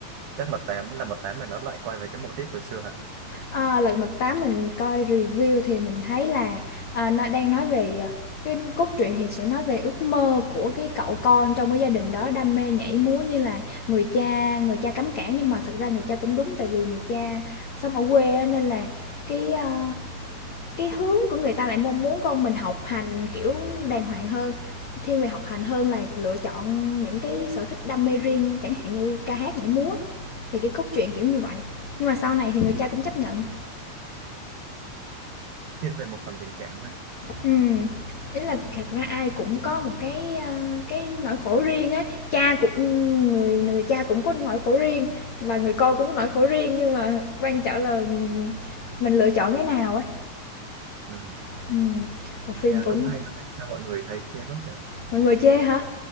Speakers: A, on the right (about 80°); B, on the left (about 55°).
A: chắc mật tám là mật tám này nó lại quay về cái mô típ hồi xưa hả
B: Ờ, Lật Mặt 8 mình coi review thì mình thấy là à, nó đang nói về à, cái cốt truyện thì sẽ nói về ước mơ của cái cậu con trong cái gia đình đó đam mê nhảy múa như là người cha người cha cấm cản nhưng mà thật ra người cha cũng đúng tại vì người cha sống ở quê nên là cái à, cái hướng của người ta lại mong muốn con mình học hành kiểu đàng hoàng hơn thiên về học hành hơn là lựa chọn những cái sở thích đam mê riêng chẳng hạn như ca hát nhảy múa thì cái cốt truyện kiểu như vậy nhưng mà sau này thì người cha cũng chấp nhận
A: thiên về một phần tình cảm ha
B: Ừm, ý là
A: ừ.
B: thật ra ai cũng có một cái, a, cái nỗi khổ riêng ấy. Cha cũng người người cha cũng có nỗi khổ riêng và người con
A: Ờ,
B: cũng có nỗi khổ riêng, nhưng mà quan trọng là, mình lựa chọn cái nào ấy.
A: ừ.
B: Ừm, bộ phim
A: Nghe
B: cũng
A: cũng hay mà tại sao mọi người thấy chê quá trời
B: mọi người chê hả?